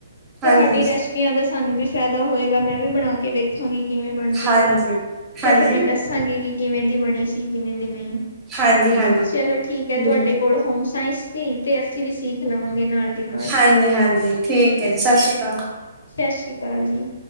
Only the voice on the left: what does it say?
ਤੁਹਾਡੀ
ਰੈਸ ਰੈਸਪੀਆਂ ਦਾ ਸਾਨੂੰ ਵੀ ਫੇਦਾ ਹੋਏਗਾ ਮੈਂ ਵੀ ਬਣਾ ਕੇ ਵੇਖਾਂਗੀ ਕਿਵੇਂ ਬਣਦੀ
ਐ ਤੇ
ਫੇਰ ਮੈਂ ਦੱਸਾਂਗੀ ਕਿ ਕਿਵੇਂ ਦੀ ਬਣੀ ਸੀ ਕਿਵੇਂ ਦੀ ਨਈ
ਚਲੋ ਠੀਕ ਐ ਤੁਹਾਡੇ
ਕੋਲ ਹੋਮ ਸਾਇੰਸ ਤੀਕ ਏ ਅਸੀਂ ਵੀ ਸਿੱਖ ਲਵਾਂਗੇ ਨਾਲ ਦੀ ਨਾਲ।
ਸਸ ਸ੍ਰੀ ਕਾਲ ਜੀ।